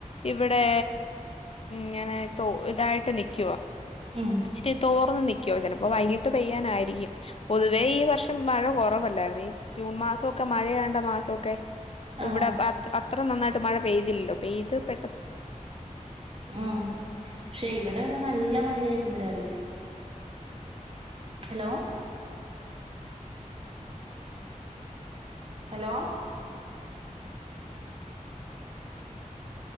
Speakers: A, on the left; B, on the right.
A: ഇവിടേ ഇങ്ങനെ തോ ഇതായിട്ട് നിക്കുവാ
B: ഉം
A: ഇച്ചിരി തോർന്നു നിക് യോ ചെലപ്പം വൈകിട്ട് പെയ്യാനാ യിരിക്കും. പൊതുവേ ഈ വർഷം മഴ കുറവല്ലായിരുന്നു. ഈ ജൂൺ മാസമൊക്കെ മഴയേണ്ട മാസമൊ ക്കെ
B: ആഹ്
A: ഇവിടെ അത്ര നന്നായി ട്ട് മഴ പെയ്തിൽല്ലോ. പെയ്ത് പെട്ടെ ന്ന്
B: ആ പക്ഷെ ഇവിടെയൊക്കെ നല്ല മഴയായിരുന്നു രാവിലെ. ഹലോ ഹലോ